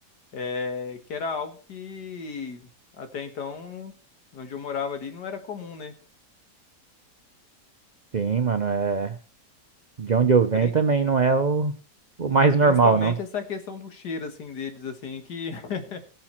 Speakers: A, on the left; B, on the right.
A: é, que era algo que até então, onde eu morava ali, não era comum, né?
B: Sim, mano, é. De onde eu venho
A: Pri-
B: também não é o, o mais normal,
A: Principalmente
B: não.
A: essa questão do cheiro, assim, deles, assim, que <laughs>